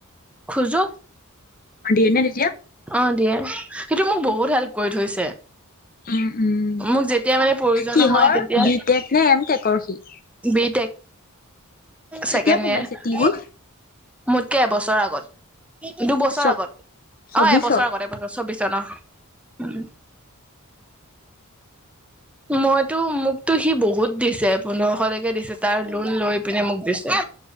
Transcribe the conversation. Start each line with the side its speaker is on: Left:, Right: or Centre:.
Centre: খোজো।
Left: অ দিয়ে নে তেতিয়া
Centre: অ' দিয়ে, সিটো মোক বহুত হেল্প কৰি থৈছে।
Left: হয় <unintelligible> উম'-উম'।
Centre: মোক যেতিয়া মানে প্ৰয়োজন
Left: কিহৰ,
Centre: হয় তেতিয়া
Left: বি টেক নে এম টেকৰ সি?
Centre: বি টেক
Left: সি কেতিয়া
Centre: ছেকেণ্ড
Left: সোমাইছে
Centre: ইয়েৰ।
Left: টিউত
Centre: মোতকে এবছৰ আগত। দুবছৰ
Left: চ
Centre: আগত।
Left: চৌবিশত
Centre: অ', এবছৰ আগত-এবছৰ চৌবিশত অ', উম। মইতো মোকতো সি বহুত দিছে। পোন্ধৰশলৈকে দিছে তাৰ লোন লৈ পিনে মোক দিছে।